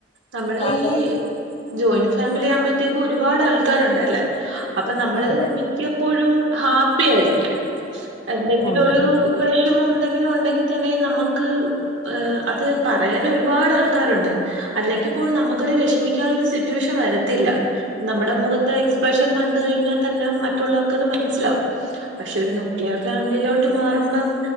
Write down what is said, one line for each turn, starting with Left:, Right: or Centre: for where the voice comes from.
Right: നമ്മള്
Left: സാധാരണ
Right: ഈ ജോയിന്റ് ഫാ മിലി ആകുമ്പത്തേക്കും ഒരുപാട് ആൾക്കാരുണ്ടല്ലേ. അപ്പൊ നമ്മള്
Left: അതെ
Right: മിക്കപ്പോഴും ഹാപ്പി ആയിരി ക്കും എന്തെങ്കിലും
Left: ഉം
Right: ഒരു വെഷമം ഉണ് എന്തെങ്കിലും ഉണ്ടെങ്കി തന്നെ നമക്ക് ഏ അത് പറയാനൊരു ഒരുപാട് ആൾക്കാരുണ്ട്, അല്ലെങ്കിപ്പോൾ നമ്മക്കൊരു വെഷമിക്കാൻ ഒരു സിറ്റുവേഷൻ വരത്തില്ല, നമ്മടെ മുഖത്തെ എക്സ്പ്രഷൻ കണ്ട് കഴിഞ്ഞാ തന്നെ മറ്റുള്ളവർക്കത് മനസ്സിലാവും, പക്ഷേ ഒരു ന്യൂക്ലിയർ ഫാമിലിയിലോട്ട് മാറുമ്പം